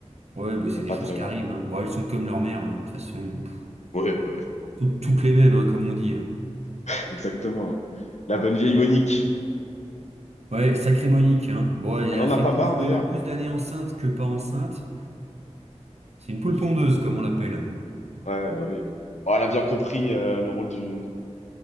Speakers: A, on the right; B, on the left.
A: Ouais, bah, c'est
B: C'est
A: des
B: pas
A: choses
B: très
A: qui
B: grave.
A: arrivent. hein. Bon, elles sont comme leur mère, hein, de toute façon. Pff,
B: Ouais, ouais,
A: toutes toutes les mêmes, hein, comme on dit. hein.
B: <laughs> exactement. La bonne vieille Monique.
A: Ouais, sacrée Monique, hein. Bon, elle
B: Elle
A: a
B: en
A: fait
B: a pas
A: plus
B: marre, d'ailleurs.
A: de, plus d'années enceinte que pas enceinte. C'est une poule pondeuse, comme on l'appelle.
B: Ouais, bah oui. Bon, elle a bien compris euh, le rôle du,